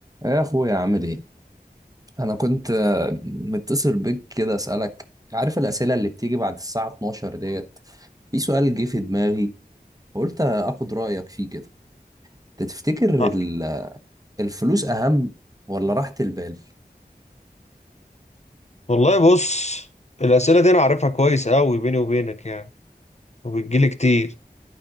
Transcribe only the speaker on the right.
يا اخويا عامل ايه انا كنت آه، متصل بيك كده اسالك عارف الاسئله اللي بتيجي بعد الساعه 12 ديت في سؤال جه في دماغي قلت اخد رايك فيه كده أنت تفتكر
ال- الفلوس اهم ولا راحه البال